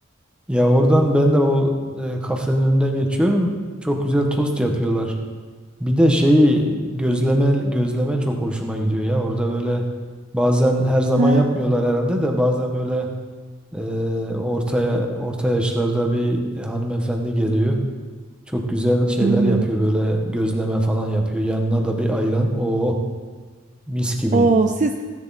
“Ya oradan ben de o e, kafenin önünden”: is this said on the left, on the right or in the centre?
Centre